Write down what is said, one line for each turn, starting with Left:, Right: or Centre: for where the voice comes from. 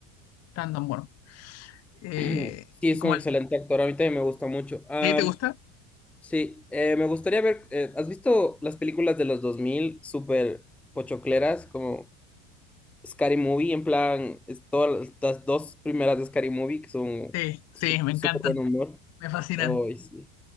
Left: tan tan bueno. Eh,
Centre: <clears throat> Sí,
Left: es
Centre: es
Left: como
Centre: un excelente
Left: el...
Centre: actor, a mí también me gusta mucho. Am,
Left: ¿Sí? ¿Te gusta?
Centre: sí, eh, me gustaría ver, eh, ¿has visto las películas de los 2000? súper pochocleras, como Scary Movie, en plan, es todas las las dos primeras de Scary Movie que son
Left: Sí,
Centre: su-
Left: sí, me encantan,
Centre: súper buen humor.
Left: me fascinan.
Centre: Ay, sí.